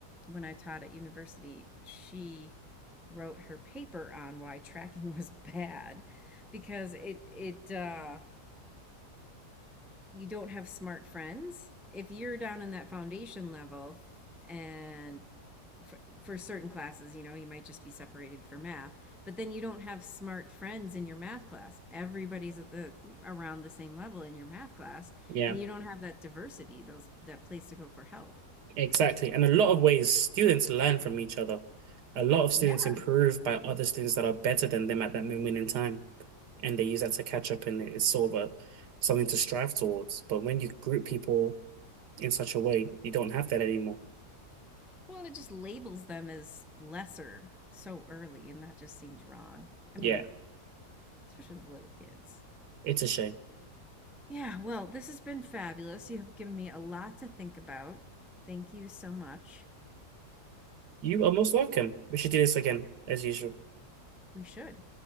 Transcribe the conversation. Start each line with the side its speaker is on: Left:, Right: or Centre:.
Centre: when I taught at university. She wrote her paper on why tracking <laughs> was bad because it it uh, you don't have smart friends. If you're down in that foundation level and for, for certain classes, you know, you might just be separated for math, but then you don't have smart friends in your math class. Everybody's at the around the same level in your math class,
Right: Yeah,
Centre: and you don't have that diversity, those that place to go for help.
Right: exactly. And a lot of ways students learn from each other. A lot of students
Centre: Yeah.
Right: improve by other students that are better than them at that moment in time. And they use that to catch up and it's sort of a something to strive towards. But when you group people in such a way, you don't have that anymore.
Centre: Well, and it just labels them as lesser so early, and that just seems wrong. I
Right: Yeah,
Centre: mean, especially with little kids.
Right: it's a shame.
Centre: Yeah, well, this has been fabulous. You have given me a lot to think about. Thank you so much.
Right: You are most welcome. We should do this again, as usual.
Centre: We should.